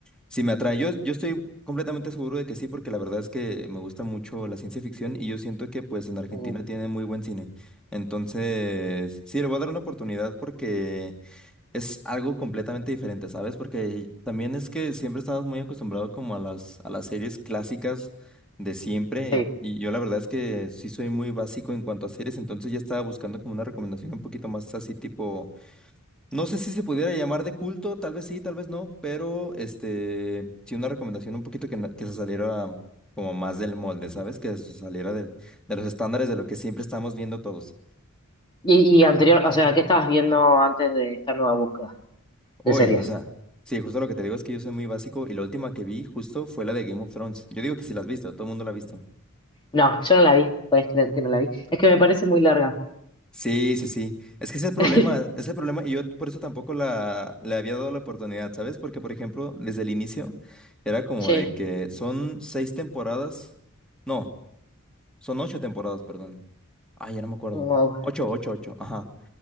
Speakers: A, in the centre; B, on the left.
A: si me atrae. Yo, yo estoy completamente seguro de que sí, porque la verdad es que me gusta mucho la ciencia ficción y yo siento que pues en Argentina
B: Mm,
A: tiene muy buen cine. Entonces, sí, le voy a dar una oportunidad porque es algo completamente diferente, ¿sabes? Porque también es que siempre estabas muy acostumbrado como a las, a las series clásicas de siempre.
B: Sí.
A: Y yo la verdad es que sí soy muy básico en cuanto a series, entonces ya estaba buscando como una recomendación un poquito más así tipo, no sé si se pudiera llamar de culto, tal vez sí, tal vez no, pero este, sí una recomendación un poquito que, na- que se saliera como más del molde, ¿sabes? Que se saliera del, de los estándares de lo que siempre estamos viendo todos.
B: Y, y anterior, o sea, ¿qué estabas viendo antes de esta nueva búsqueda
A: Oye,
B: de series?
A: o sea, sí, justo lo que te digo es que yo soy muy básico y la última que vi justo fue la de Game of Thrones. Yo digo que sí la has visto, todo el mundo la ha visto.
B: No, yo no la vi, puedes creer que no la vi. Es que me parece muy larga.
A: Sí, sí, sí. Es que ese es el problema,
B: <laughs>
A: es el problema y yo por eso tampoco la, le había dado la oportunidad, ¿sabes? Porque, por ejemplo, desde el inicio era como
B: Sí,
A: de que son seis temporadas, no, son ocho temporadas, perdón. Ay, ya no me acuerdo.
B: wow.
A: Ocho, ocho, ocho, ajá.